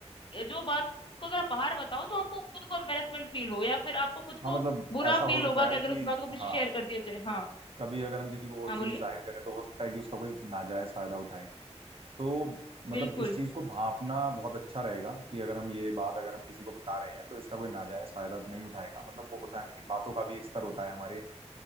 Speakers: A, on the left; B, on the right.
A: जो बात को अगर आप बाहर बताओ तो आपको खुद को एम्बेरसमेंट फील हो या फिर आपको खुद
B: हाँ
A: को
B: मतलब
A: बुरा
B: ऐसा
A: फील
B: हो सकता
A: होगा
B: है
A: कि अगर
B: कि
A: उस बात को किसी
B: हाँ
A: शेयर कर दिया जाए हाँ
B: कभी अगर हम किसी को वो
A: हाँ
B: चीज
A: बोलिए
B: जाहिर करें तो हो सकता है कि उसका कोई नाजायज फायदा उठाए तो मतलब
A: बिल्कुल
B: इस चीज को भांपना बहुत अच्छा रहेगा कि अगर हम ये बात अगर हम किसी को बता रहे हैं तो इसका कोई नाजायज फायदा तो नहीं उठाएगा मतलब वो होता है ना कि बातों का भी एक स्तर होता है हमारे